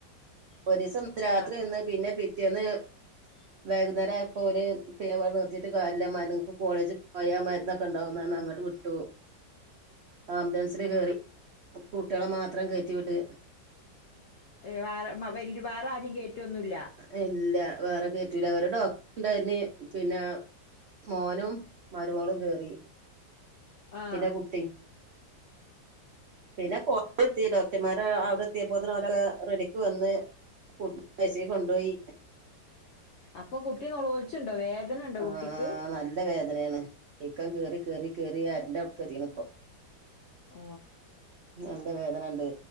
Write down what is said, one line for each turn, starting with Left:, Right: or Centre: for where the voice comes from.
Right: ഒരീസം രാത്രി
Left: ആഹ്
Right: നിന്ന് പിന്നെ പിറ്റേന്ന് വൈകുന്നേരായപ്പോ ഓല് പിന്നെ വടെ നിർതീട്ട് കാര്യല്ല മര് കോളേജ് പോയാ മരുന്നൊക്കെണ്ടാവുന്നർഞ് അങ്ങട്ട് വിട്ടു ആംബുലൻസില് കേറി
Left: ആഹ്
Right: കുട്ട്യളെ മാത്രം കേറ്റി വിട്
Left: ഏ വാറെ മ വല്യ വാറെ ആരിം കേറ്റൊന്നുല്ല
Right: ഏ ഇല്ല വേറെ കേറ്റൂല ഒരു ഡോക്ടട്ണ്ടായ്നി പിന്നെ മോനും മരോളും കേറി
Left: ആഹ്.
Right: പിന്നെ കുട്ടിം പിന്നെ കോളേജ് എത്തി ഡോക്ടർമാരെ അവ്ടെ എത്യേപ്പോത്തിന് ഓലൊക്കെ റെഡിക്ക് വന്ന് കുട്ടിനെ ഐസി ക്കൊണ്ടോയി
Left: അപ്പൊ കുട്ടി ന്നൊളോൾച്ണ്ടോ വേദനണ്ടോ
Right: ആഹ്
Left: കുട്ടിക്ക്
Right: നല്ല വേദനേണ് വീക്കം കേറി കേറി കേറി അരന്റെ അവ്ട്ക്കെത്തീക്ക്ണ്പ്പൊ
Left: ഓ
Right: നല്ല വേദനണ്ട്